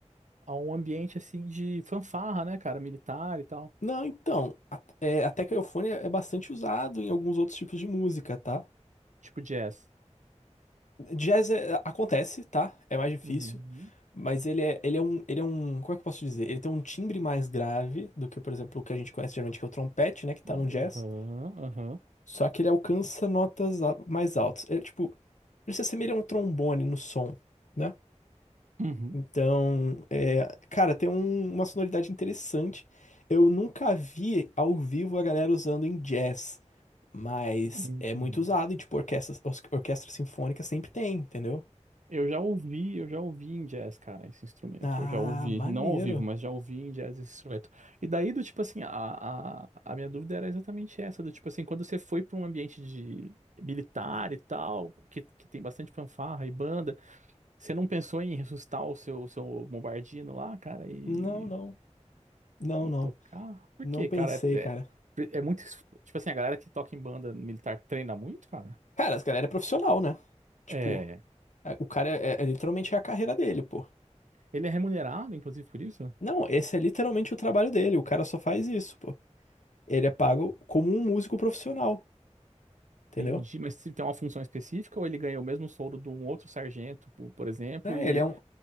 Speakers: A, on the right (about 85°); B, on the left (about 85°).
A: a um ambiente assim de fanfarra, né, cara, militar e tal,
B: Não, então, a- é, até que o Eufone é é bastante usado em alguns outros tipos de música, tá?
A: tipo jazz.
B: Jazz é- acontece, tá? É mais difícil,
A: Uhum.
B: mas ele é, ele é um, ele é um, como é que eu posso dizer? Ele tem um timbre mais grave do que, por exemplo, o que a gente conhece geralmente, que é o trompete, né, que tá
A: Aham,
B: no jazz.
A: aham.
B: Só que ele alcança notas a- mais altas. É tipo, ele se assemelha a um trombone no som, né?
A: Uhum.
B: Então, é, cara, tem um- uma sonoridade interessante. Eu nunca vi ao vivo a galera usando em jazz, mas
A: Uhum.
B: é muito usado e tipo orquestras, orquestras sinfônicas sempre tem, entendeu?
A: Eu já ouvi, eu já ouvi em jazz, cara, esse instrumento.
B: Ah,
A: Eu já ouvi,
B: maneiro.
A: não ao vivo, mas já ouvi em jazz esse instrumento. E daí, do tipo assim, a, a, a minha dúvida era exatamente essa, do tipo assim, quando você foi para um ambiente de militar e tal, que, que tem bastante fanfarra e banda, você não pensou em ressuscitar o seu, seu bombardino lá, cara, e,
B: Não, não. Não,
A: e
B: não.
A: tocar? Por
B: Não
A: quê,
B: pensei,
A: cara? É,
B: cara.
A: é, é muito, es- tipo assim, a galera que toca em banda militar treina muito, cara?
B: Cara, esse galera é profissional, né? Tipo,
A: É.
B: a- o cara é, é- é literalmente é a carreira dele, pô.
A: Ele é remunerado, inclusive, por isso?
B: Não, esse é literalmente o trabalho dele. O cara só faz isso, pô. Ele é pago como um músico profissional, entendeu?
A: Entendi, mas se tem uma função específica ou ele ganha o mesmo soldo de um outro sargento, po- por exemplo,
B: É,
A: e
B: ele é um.